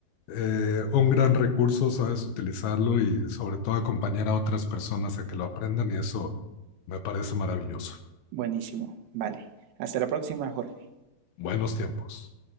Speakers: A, on the left; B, on the right.
A: eh, un gran recurso, sabes utilizarlo y sobre todo acompañar a otras personas a que lo aprendan y eso me parece maravilloso.
B: Buenísimo. Vale. Hasta la próxima, Jorge.
A: Buenos tiempos.